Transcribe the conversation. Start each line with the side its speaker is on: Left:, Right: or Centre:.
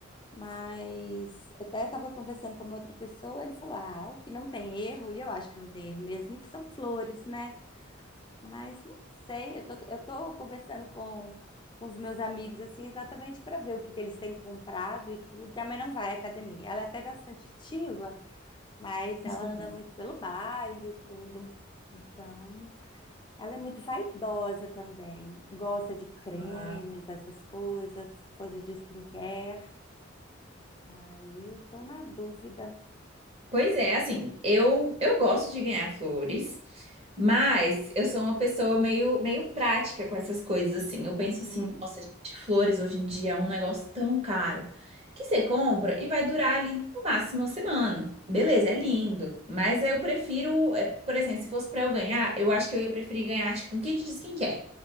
Left: Mas eu até estava conversando com uma outra pessoa, ele falou: "Ah, o que não tem erro", e eu acho que não tem erro mesmo, são flores, né? Mas não sei, eu tô, eu tô conversando com com os meus amigos assim exatamente para ver o que que eles têm comprado e tudo. Minha mãe não vai à academia, ela é até bastante ativa, mas ela
Right: Sim.
Left: anda muito pelo bairro e tudo. Então, ela é muito vaidosa também. Gosta de cremes,
Right: Ah,
Left: essas coisas, coisas de skincare. Aí eu tô na dúvida.
Right: Pois é, assim, eu, eu gosto de ganhar flores, mas eu sou uma pessoa meio, meio prática com essas coisas, assim. Eu penso
Left: Uhum,
Right: assim, nossa, gente, flores hoje em dia é um negócio tão caro que você compra e vai durar ali no máximo uma semana. Beleza, é lindo, mas eu prefiro, é, por exemplo, se fosse pra eu ganhar, eu acho que eu ia preferir ganhar tipo um kit de skincare,